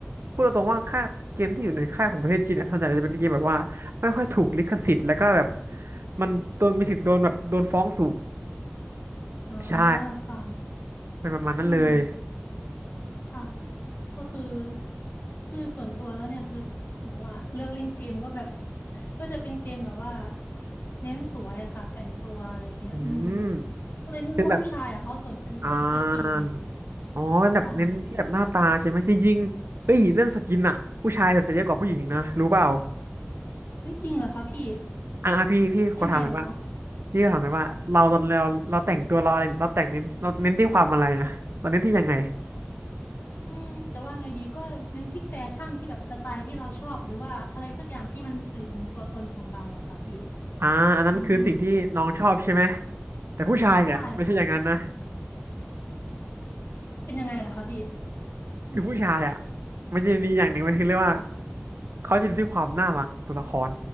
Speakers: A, on the right (about 80°); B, on the left (about 80°).
A: พูดตรงๆว่าค่ายเกมที่อยู่ในค่ายของประเทศจีนเนี่ยส่วนใหญ่จะเป็นเกมแบบว่าไม่ค่อยถูกลิขสิทธิ์แล้วก็แบบมันโดนมีสิทธิ์โดนแบบโดนฟ้องสูง
B: อ๋อ
A: ใช่
B: ค่ะ
A: เป็นประมาณนั้นเลย
B: อืมค่ะก็คือคือส่วนตัวแล้วเนี่ยคือหนูอะเลือกเล่นเกมก็แบบ <laughs> ก็จะเป็นเกมแบบว่าเน้นสวยอะค่ะแต่งตัวอะไรเงี้ยอืม
A: อืม
B: ก็เลยไม่รู้ว่าผู้ชายอะเขาสนใจพวกสกินอะไรอย่างงี้
A: คือแบบอ่าอ๋อเป็นแบบเน้นที่แบบหน้าตาใช่ไหมจริงๆเฮ้ยเรื่องสกินอะผู้ชายสนใจเยอะกว่าผู้หญิงอีกนะรู้เปล่า
B: ค่ะเฮ้ยจริงเหรอคะพี่
A: อ่ะอ่ะพี่พี่ขอถามหน่อยว่า
B: ยังไงเหรอคะ
A: พี่ขอถามหน่อยว่าเราตอนเราเราแต่งตัวเราอะไรเราแต่งเน้นเราเน้นที่ความอะไรอะเราเน้นที่ยังไง
B: อืมจะว่าไงดีก็เน้นที่แฟชั่นที่แบบสไตล์ที่เราชอบหรือว่าอะไรสักอย่างที่มันสื่อถึงตัวตนของเราอะค่ะพี่
A: อ่าอันนั้นคือสิ่งที่น้องชอบใช่ไหม
B: อืม
A: แต่ผู้ชายเนี่ยไม่ใช่อย่างนั้นนะ
B: ได้ค่ะเป็นยังไงล่ะคะพี่อืม
A: คือผู้ชายอ่ะมันจะมีอย่างหนึ่งมันคือเรียกว่าเขาจะดูที่ความน่ารักของตัวละคร